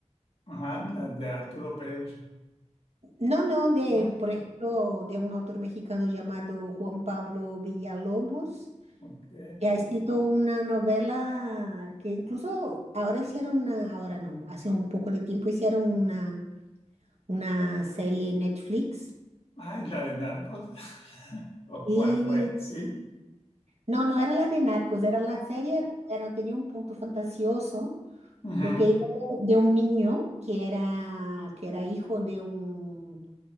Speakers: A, on the left; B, on the right.
A: Ajá, la de Arturo Pérez,
B: No, no, de,
A: ¿no?
B: por ejemplo, de un autor mexicano llamado Juan Pablo Villalobos,
A: Ok.
B: que ha escrito una novela que incluso ahora hicieron una, ahora no, hace un poco de tiempo hicieron una, una serie en Netflix.
A: Ah, ¿y la de Narcos. <laughs> ¿O
B: Y
A: cuál fue? Sí.
B: No, no era la de Narcos, era la serie, era, era- tenía un punto fantasioso,
A: Ujú.
B: porque iba de, de un niño que era, que era hijo de un,